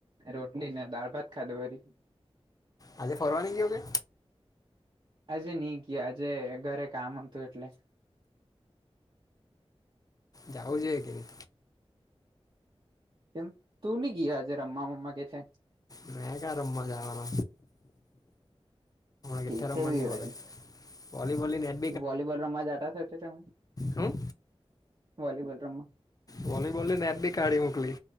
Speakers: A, on the right (about 50°); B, on the left (about 35°).
A: રોટલી ને દાળ ભાત ખાધું વરી.
B: આજે ફરવાની કેયો કે?
A: આજે નહી ગયા આજે ઘરે કામ હતું એટલે.
B: જાઉજ જુએ કે ની.
A: કેમ તું નની ગયાજે રમ્મા મમ્મા કે છે
B: મે ક્યા રમવા જાવાનો છે
A: કેથે
B: <unintelligible> રમવાની
A: બી
B: મળે.
A: વરી
B: વોલીબોલ ની <unintelligible>
A: વોલીબોલ રમવા જતા છ તમે
B: હમ
A: વોલીબોલ રમવા
B: વોલીબોલ ની નેટ બી કાઢી મોકલી